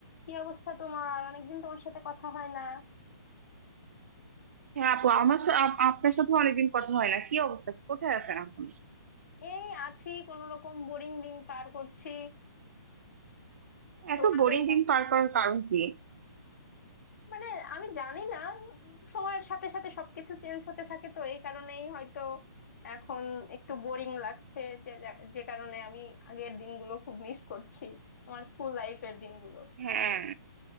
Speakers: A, on the left; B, on the right.
A: কি অবস্থা তোমার অনেকদিন তোমার সাথে কথা হয় না
B: হ্যাঁ আপু আমার সা- আপ- আপনার সাথে অনেকদিন কথা হয় না কি অবস্থা কোথায় আছেন আপনি
A: এই আছি কোন রকম বোরিং দিন পার করছি তোমার
B: এত বোরিং
A: দিন কেমন
B: দিন পার করার কারণ কি
A: মানে আমি জানি না উম, সময়ের সাথে সাথে সবকিছু চেঞ্জ হতে থাকে তো এই কারণেই হয়তো এখন একটু বোরিং লাগছে যে যে কারণে আমি আগের দিনগুলো খুব মিস করছি আমার স্কুল লাইফের দিনগুলো
B: হ্যাঁ